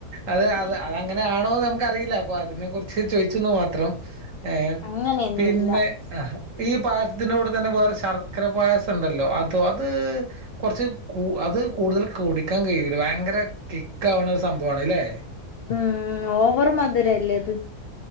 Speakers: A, on the right; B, on the left.
A: അത്
B: അതെ
A: അത് അത അങ്ങനാണോന്ന് നമുക്ക്റിയില്ല അപ്പൊ അതിനെ കുറിച്ച് ചോയിച്ച്ന്നു മാത്രം. ഏ
B: അങ്ങനെയൊന്നുല്ല
A: പിന്നെ ആ ഈ പായസത്തിന്റെ കൂടെ തന്നെ വേറെ ശർക്കര പായസം ഉണ്ടല്ലോ അതോ അത് കുറച്ച് കൂ അത് കൂടുതൽ കുടി ക്കാൻ കഴിയൂല്ല. ഭയങ്കര കിക്ക് ആവണ ഒരു സംഭവാണ് അല്ലേ.
B: ഉം ഓവർ മധുരല്ലേ അത്.